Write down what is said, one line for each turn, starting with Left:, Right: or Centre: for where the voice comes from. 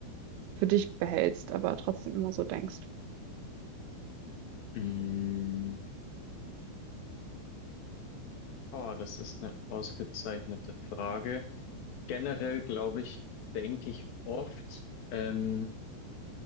Right: für dich behältst, aber trotzdem immer so denkst.
Left: Mm. Oh, das ist eine ausgezeichnete Frage. Generell glaube ich, denke ich oft, ähm,